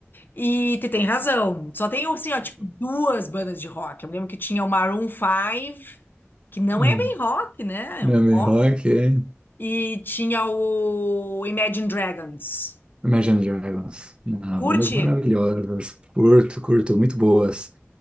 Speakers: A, on the left; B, on the right.
A: E tu tem razão. Só tem, assim, ó, tipo, duas bandas de rock. Eu me lembro que tinha o Maroon 5, que não
B: hum.
A: é bem rock, né?
B: nome
A: É um pop.
B: rock, é.
A: E tinha o Imagine Dragons.
B: Imagine Dragons. Ah,
A: Curte?
B: bandas maravilhosas. Curto, curto, muito boas.